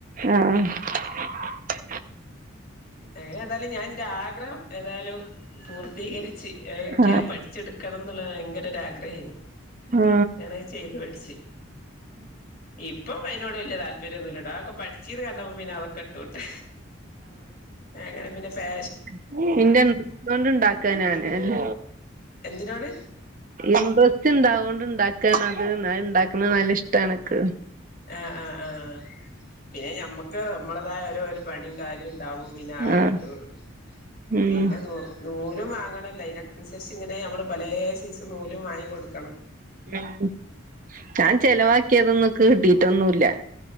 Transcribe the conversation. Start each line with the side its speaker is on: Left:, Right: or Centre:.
Right: ആ...
Left: അങ്ങനെ തായാലും ഞാൻ എന്റെ ആഗ്രഹം ഏതായാലും പൂർത്തീകരിച്ച് എനിക്കത്
Right: ആഹ്
Left: പഠിച്ചെടുക്കണംന്ന് ഭയങ്കരൊരാഗ്രഹയെയ്ന്ന്
Right: ആഹ്
Left: ഞാനത് ചെയ്ത് പഠിച്ച്... ഇപ്പം അതിനോട് വല്യ താല്പര്യംന്നുമില്ലടോ അതൊക്കെ പഠി... ച്ചീന്ന് കണ്ടപ്പോൾ പിന്നെ അതൊക്കെ ഇട്ടോട്ട് അങ്ങനെ പിന്നെ ഫേ..
Right: <unintelligible> ഇണ്ടാക്കാനാണ് അല്ല
Left: എന്തിനോട്
Right: ഇൻട്രസ്റ്റ് ഇണ്ടാവുകൊണ്ട് ഇണ്ടാക്കാനാത് ന്ന് അത് ഇണ്ടാക്കുന്ന നല്ല ഇഷ്ടാനക്ക്...
Left: ആ ആ ആ പിന്നെ ഞമ്മക്ക് നമ്മളതായ ഓരോ ഒരു പണിയും കാര്യം... <unintelligible>
Right: ആഹ് ഉം
Left: പിന്നെ നു <unintelligible> ലും വാങ്ങണല്ലൊ അയ്‌ന് അനുസരിച്ച് ഇങ്ങനെ അമ്മള് പലേ സൈസ് നൂലും വങ്ങി കൊടു
Right: ഉം ഞാൻ ചെലവാക്കിയതൊന്നും ഇക്ക് കിട്ടിട്ടൊന്നുല്ല...